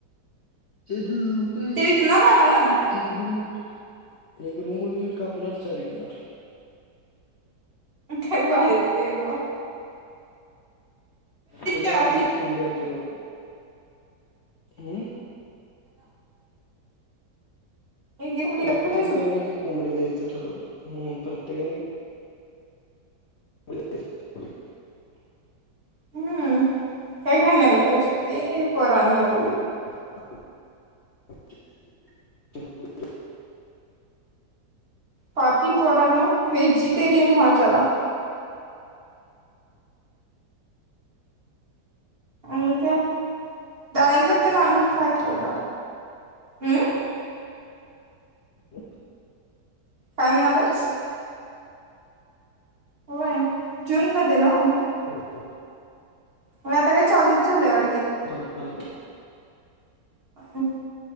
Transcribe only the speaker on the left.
रुप
एक रूम एक रूम वर घेऊन कापणार चारिकणार.
ते कायची
एक एक कुंबडी आमच्या रूम हम
प्रत्येकाने
एक एक कोंबडी द्यायचं ठरवलं ह प्रत्य हो न <inaudible>
ह
हो
होय.
चाल